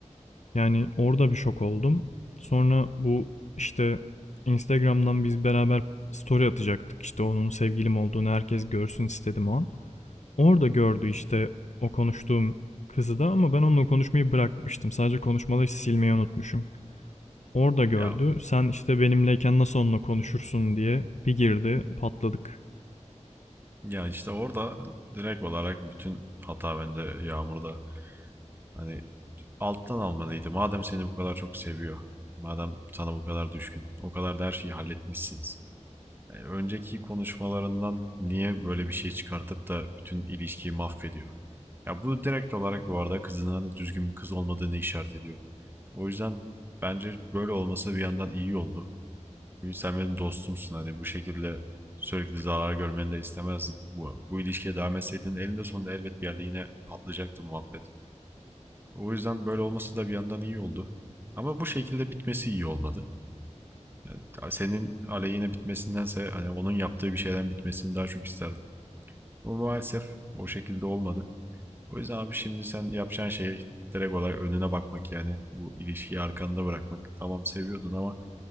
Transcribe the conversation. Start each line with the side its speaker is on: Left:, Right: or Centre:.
Left: Yani orada bir şok oldum. Sonra bu işte Instagram'dan biz beraber story atacaktık. İşte onun sevgilim olduğunu herkes görsün istedim o an. Orada gördü işte o konuştuğum kızı da ama ben onunla konuşmayı bırakmıştım. Sadece konuşmaları işte silmeyi unutmuşum. Orada gördü.
Right: Ya
Left: Sen işte benimleyken nasıl onunla konuşursun diye bir girdi, patladık.
Right: ya işte orada direkt olarak bütün hata bende Yağmur'da. Hani alttan almalıydı. Madem seni bu kadar çok seviyor. Madem sana bu kadar düşkün. O kadar da her şeyi halletmişsiniz. e, önceki konuşmalarından niye böyle bir şey çıkartıp da bütün ilişkiyi mahvediyor? Ya bu direkt olarak bu arada kızının hani düzgün bir kız olmadığını işaret ediyor. O yüzden bence böyle olması bir yandan iyi oldu. Sen benim dostumsun hani bu şekilde sürekli zarar görmeni de istemezdim. Bu, bu ilişkiye devam etseydin elinde sonunda elbet bir yerde yine patlayacaktı muhabbet. O yüzden böyle olması da bir yandan iyi oldu. Ama bu şekilde bitmesi iyi olmadı. Yani senin aleyhine bitmesindense hani onun yaptığı bir şeyden bitmesini daha çok isterdim. Ama maalesef o şekilde olmadı. O yüzden abi şimdi sen yapacağın şey direkt olarak önüne bakmak yani. Bu ilişkiyi arkanda bırakmak. Tamam seviyordun ama